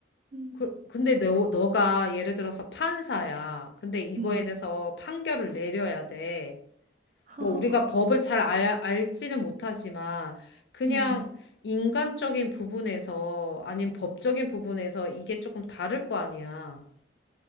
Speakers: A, on the right; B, on the left.
A: 음,
B: 그, 근데 너, 너가 예를 들어서 판사야. 근데 이거에
A: 음,
B: 대해서 판결을 내려야 돼.
A: <laughs>
B: 뭐 우리가 법을 잘 알, 알지는 못하지만 그냥
A: 음,
B: 인간적인 부분에서 아닌 법적인 부분에서 이게 조금 다를 거 아니야.